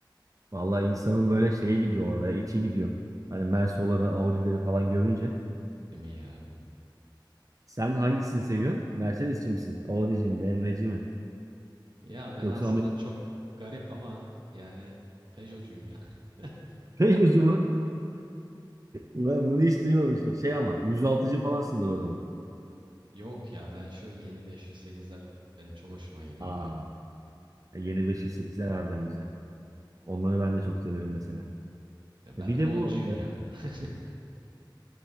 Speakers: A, on the right; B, on the right.
A: Vallahi insanın böyle şeye gidiyor orada. içi gidiyor. Hani Mersoları, Audi'leri falan görünce.
B: Değil mi ya?
A: Sen hangisini seviyorsun? Mercedes'ci misin? Audi'ci mi? BMW'ci mi?
B: Ya ben
A: Yoksa
B: aslında
A: Amerika
B: çok garip ama yani Peugeot'cuyum ya. <laughs>
A: <laughs> Peugeot'cu mu? Ben bunu hiç duymamıştım Şey ama yüz altıcı falansındır o zaman.
B: Yok ya ben şu yeni 508'ler benim çok hoşuma gidiyor
A: Aa,
B: ya.
A: yeni 508'ler harbiden güzel. Onları ben de çok severim mesela.
B: Ya ben
A: E Bir de
B: 10'cuyum
A: bu
B: ya. <laughs>